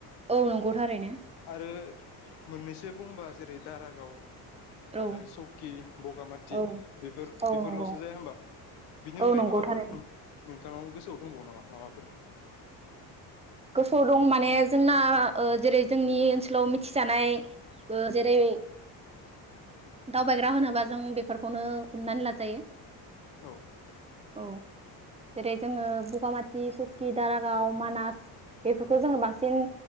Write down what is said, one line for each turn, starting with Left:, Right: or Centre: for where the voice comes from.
Right: औ नंगौ थारैनो
Left: आरो मोननैसो बुंबा जेरै दारागाव
Right: औ
Left: आरो सौकि बगामाति
Right: औ
Left: बेफोर
Right: औ
Left: बेफोरल'सो
Right: नंगौ
Left: जाया होबा बेनि
Right: औ
Left: अनगायै
Right: नंगौ
Left: माबाफोर
Right: थारैनो
Left: नों नों थांनाव गोसोआव दंबावो नामा माबाफोर?
Right: गोसोआव दं माने जोंना ओ जेरै जोंनि ओनसोलाव मिथिजानाय ओ जेरै दावबायग्रा होनोबा जों बेफोरखौनो हमनानै लाजायो।
Left: औ
Right: औ जेरै जोङो बगामाथि सकि दारागाव मानास बेफोरखौ जोङो बांसिन